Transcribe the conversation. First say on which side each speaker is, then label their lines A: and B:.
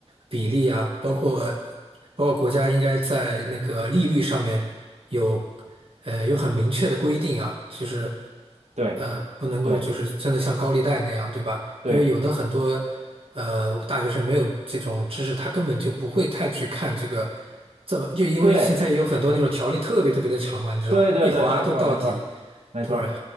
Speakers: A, on the right (about 55°); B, on the right (about 80°).
A: 比例啊，包括包括国家应该在那个利率上面有呃有很明确的规定啊，就是
B: 对
A: 呃不能够就是真的像高利贷那样，
B: 对
A: 对吧？
B: 对
A: 因为有的很多呃大学生没有这种知识，他根本就不会太去看这个。这么就因为现在有很多那种条例特别特别的长嘛，
B: 对
A: 你知道，
B: 对对对，
A: 一划都到底，
B: 没错儿没错儿没错儿
A: 对，